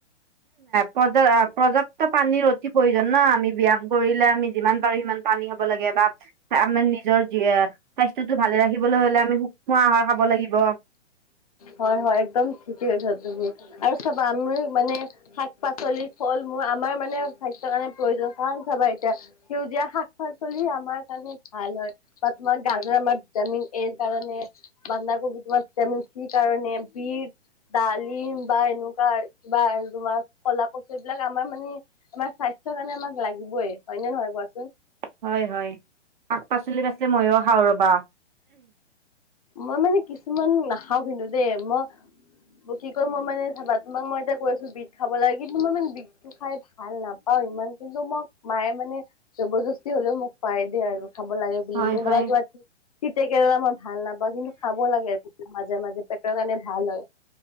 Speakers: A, on the right; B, on the left.
A: প্ৰজা প্ৰজা প্ত পানীৰ অতি প্ৰয়োজন ন আমি ব্যায়াম কৰিলে আমি যিমান পাৰো সিমান পানী খাব লাগে বা আমাৰ নিজৰ স্বাস্থ্যটো ভালে ৰাখিবলৈ হলে আমি শুক্ষ্ম আহৰ খাব লাগিব।
B: হয় হয় একদম ঠিকেই কৈছা তুমি আৰু চাবা আমি মানে শাক পাচলি ফল মূল আমাৰ মানে স্বাস্থ্যৰ কাৰণে প্ৰয়োজন। কাৰণ চাবা এতিয়া- সেউজীয়া শাক পাচলি আমাৰ কাৰণে ভাল হয়। বা তোমাৰ গাজৰ আমাৰ ভিটামিন এৰ কাৰণে বান্ধাকবি তোমাৰ- ভিটামিন চি ৰ কাৰণে বিত- ডালিম বা এনেকুৱা কিবা আৰু তোমাৰ কলা কছু এইবিলাক আমাৰ মানে- আমাৰ স্বাস্থ্যৰ কাৰণে আমাক লাগিবই, হয় নে নহয় কোৱাচোন?
A: হয় হয়, শাক পাচলি পাছে মইয়ো খাওঁ ৰবা।
B: মই মানে কিছুমান নাখাওঁ কিন্তু দেই, ম- কি কয় মই মানে চাবা তোমাক মই এতিয়া কৈ আছোঁ বিট খাব লাগে, কিন্তু মই মানে বিটটো খাই ভাল নাপ- পাওঁ ইমান কিন্তু মোক মায়ে মানে জবদস্তি হ'লেও মোক খোৱাই দিয়ে আৰু খাব লাগে- বুলি
A: হয়
B: কিনি।
A: হয়
B: তাপা তোমাৰ তিতা কেৰেলা মই ভাল নাপ- পাওঁ, কিন্তু খাব লাগে মাজে মাজে পেটৰ কাৰণে ভাল হয়।